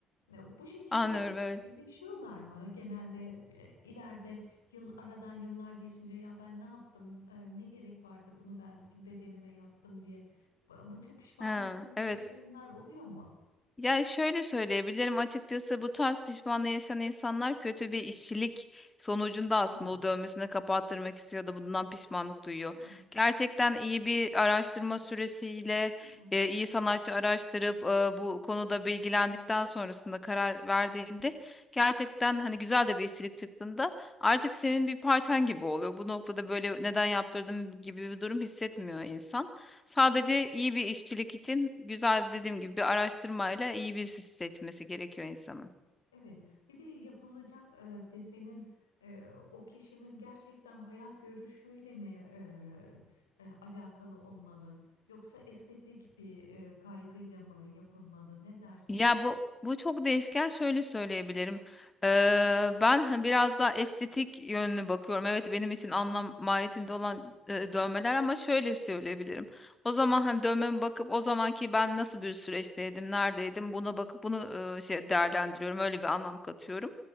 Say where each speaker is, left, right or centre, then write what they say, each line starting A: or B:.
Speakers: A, on the left; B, on the left.
A: E, Bu şekilde
B: Anlıyorum evet.
A: yaşıyorlar mı? Genelde e, ileride yıl aradan yıllar geçince ya ben ne yaptım? E, Ne gerek vardı bunu ben bedenime yaptım diye. Bu bu tür pişmanlıklar
B: Ha, evet.
A: yaşayanlar oluyor mu?
B: Yani şöyle söyleyebilirim açıkçası bu tarz pişmanlığı yaşayan insanlar kötü bir işçilik sonucunda aslında
A: Evet.
B: o dövmesini kapattırmak istiyor da bundan pişmanlık duyuyor.
A: Hı hı,
B: Gerçekten iyi bir araştırma süresiyle
A: hı.
B: e, iyi sanatçı araştırıp e, bu konuda bilgilendikten sonrasında karar verdiğinde gerçekten hani güzel de bir işçilik çıktığında artık senin bir parçan gibi oluyor. Bu noktada böyle neden yaptırdım gibi bir durum hissetmiyor insan. Sadece iyi bir işçilik için güzel dediğim gibi bir araştırmayla iyi birisi seçmesi gerekiyor insanın.
A: Evet. Bir de yapılacak e, desenin e, o kişinin gerçekten hayat görüşüyle mi e, e, alakalı olmalı? Yoksa estetik bir e, kaygıyla mı yapılmalı? Ne dersin?
B: Ya bu bu çok değişken şöyle söyleyebilirim. Ee, ben hani biraz daha estetik yönünü bakıyorum. Evet benim için anlam mahiyetinde olan e, dövmeler ama şöyle söyleyebilirim. O zaman hani dövmeme bakıp o zamanki ben nasıl bir süreçteydim, neredeydim buna bakıp bunu e, şey değerlendiriyorum. Öyle bir anlam katıyorum.